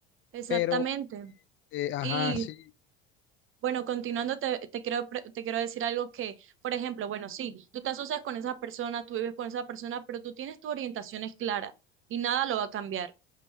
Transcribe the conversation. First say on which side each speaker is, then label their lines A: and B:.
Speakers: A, on the right; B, on the left.
A: Exactamente.
B: Pero, eh, ajá,
A: Y
B: sí,
A: Bueno, continuando, te, te quiero, pre- te quiero decir algo que, por ejemplo, bueno, sí, tú te asocias con esa persona, tú vives con esa persona, pero tú tienes tus orientaciones claras y nada lo va a cambiar.